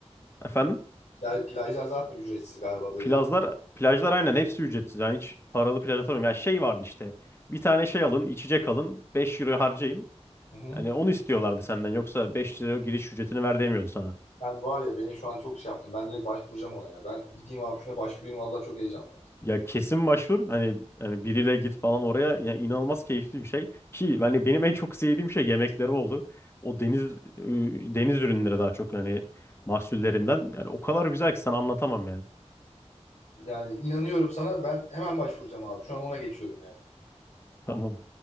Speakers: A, on the left; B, on the left.
A: Efendim?
B: Plaj- Plajlar zaten ücretsiz galiba böyle.
A: Plajlar, plajlar aynen hepsi ücretsiz. Yani hiç paralı plaj atamıyorum. Ya şey vardı işte. Bir tane şey alın, içecek alın. beş euro harcayın.
B: Hı hı.
A: Hani onu istiyorlardı senden. Yoksa 5 euro giriş ücretini ver demiyordu sana.
B: Ben var ya beni şu an çok şey yaptım. Ben direkt başvuracağım ona ya. Ben gideyim abi şuna başvurayım. Vallahi çok heyecanlandım.
A: Ya kesin başvur. Hani, hani biriyle git falan oraya. Yani inanılmaz keyifli bir şey. Ki yani benim en çok sevdiğim şey yemekleri oldu. O deniz e, deniz ürünleri daha çok hani mahsullerinden. Yani o kadar güzel ki sana anlatamam yani.
B: Yani inanıyorum sana. Ben hemen başvuracağım abi. Şu an ona geçiyorum yani.
A: Tamam.